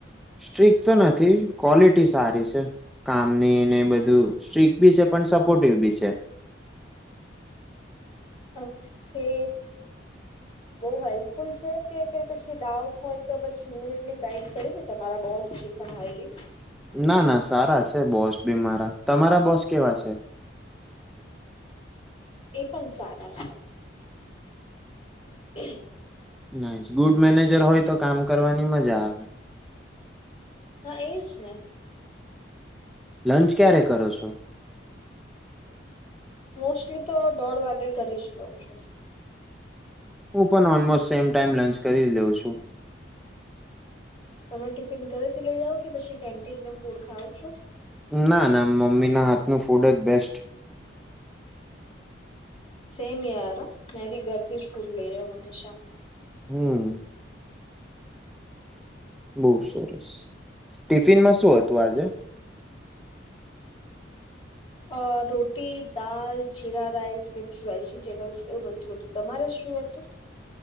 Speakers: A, in the centre; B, on the left.
A: સ્ટ્રીક તો નથી ક્વોલિટી સારી છે. કામની ને બધું સ્ટ્રીક બી છે પણ સપોર્ટિવ બી છે.
B: ઓકે. બઉુ હેલ્પફુલ છે કે કઈ પછી ડાઉટ હોય તો પછી ઇમીડિયટલી ગાઈડ કરી ને તમારા બોસી હોઈએ?
A: ના ના સારા છે બોસ બી મારા તમારા બોસ કેવા છે?
B: એ પણ સારા છે. <unintelligible>
A: નહી ગુડ મેનેજર હોય તો કામ કરવાની મજા આવે.
B: હા એજ ને.
A: લંચ ક્યારે કરો છો?
B: મોસ્ટલી તો દોઢ વાગે કરી જ લઉં છું.
A: હું પણ ઓલમોસ્ટ સેમ ટાઈમ લંચ કરી જ લઉં છું.
B: તમે ટિફિન ઘરેથી લઈ જાઓ કે પછી કેન્ટીન ન ફૂડ ખાવ છો?
A: ના ના મમ્મી ના હાથનું ફૂડ જ બેસ્ટ.
B: સેમ યાર મેં ભી ઘરથી જ ફૂડ લઈ જાાવ હમેશા.
A: હમ્મ. બહુ સરસ, ટિફિનમાં શું હતું આજે?
B: અ રોટી દાલ જીરા રાઈસ મિક્સ વેજીિટેબલ્સ એવું બધું હતું તમારે શું હતું?